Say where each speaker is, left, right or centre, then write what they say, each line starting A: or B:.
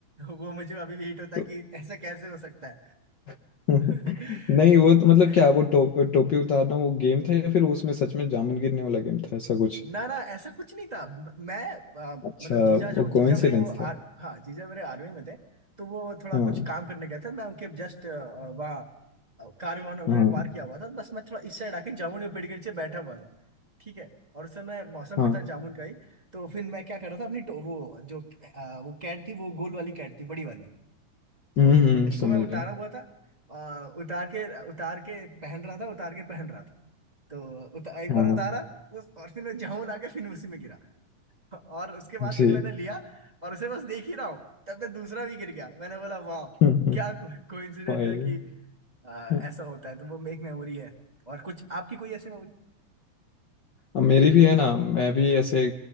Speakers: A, on the right; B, on the left.
A: वो मुझे अभी भी हिट होता
B: तो
A: है कि ऐसा कैसे हो सकता
B: <laughs> नहीं
A: है
B: वो तो मतलब क्या वो
A: <laughs>
B: टो, टोपी उतारना वो गेम था या फिर उसमें सच में जामुन गिरने वाला गेम था ऐसा कुछ
A: ना ना ऐसा कुछ नहीं था म- मैं आ, मतलब
B: अच्छा
A: जीजा जो
B: वो
A: जीजा
B: कोइंसिडेंस
A: मेरे वो आर
B: था
A: हाँ जीजा मेरे आर्मी में थे तो वो थोड़ा
B: हाँ
A: कुछ काम करने गए थे मैं उनके जस्ट वहाँ कार वहाँ उन्होंने
B: हाँ
A: पार किया हुआ था बस मैं थोड़ा इस साइड आके जामुन के पेड़ के नीचे बैठा हुआ था ठीक है और उस समय मौसम
B: हाँ
A: भी था जामुन का ही तो फिर मैं क्या कर रहा था अपनी टो- वो जो आ, वो कैट थी वो गोल वाली कैट थी बड़ी वाली तो
B: हम्म हम्म,
A: उसको
B: समझ
A: मैं उतारा
B: रहे हो।
A: हुआ था और उतार के उतार के पहन रहा था उतार के पहन रहा था तो उता, एक
B: हाँ
A: बार उतारा उस और फिर मैं जाऊं आके फिर उसी में गिरा और उसके बाद
B: जी
A: फिर मैंने लिया और उसे बस देख ही रहा हूँ तब तक दूसरा भी गिर गया मैंने बोला वाह
B: <laughs>
A: क्या को, कोइंसिडेंट
B: वही
A: है कि आ, ऐसा
B: हाँ,
A: होता है तो वो एक मेमोरी है और कुछ आपकी कोई ऐसी मेमोरी
B: अब मेरी भी है ना मैं भी ऐसे